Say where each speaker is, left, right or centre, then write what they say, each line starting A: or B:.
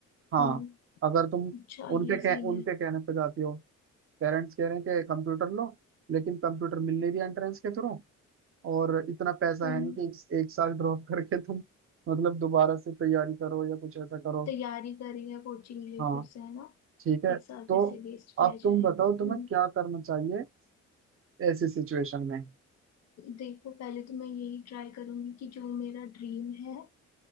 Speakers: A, on the right; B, on the left.
A: हाँ
B: हम्म,
A: अगर तुम
B: अच्छा ये
A: उनके कह,
B: सीन
A: उनके
B: है
A: कहने पे जाती हो पेरेंट्स कह रहे हैं कि कंप्यूटर लो लेकिन कंप्यूटर मिल नहीं रही एंट्रेंस के थ्रू और इतना पैसा
B: हम्म,
A: है नहीं कि एक, एक साल ड्रॉप करके तुम मतलब दोबारा से तैयारी करो या कुछ ऐसा करो
B: तैयारी कर रही है कोचिंग लिए
A: हाँ
B: फिर से है ना
A: ठीक है
B: एक साल
A: तो
B: फिर से वेस्ट किया
A: अब तुम
B: जाए
A: बताओ
B: हम्म
A: तुम्हें क्या करना चाहिए ऐसी सिचुएशन में
B: देखो पहले तो मैं यही ट्राई करूंगी कि जो मेरा ड्रीम है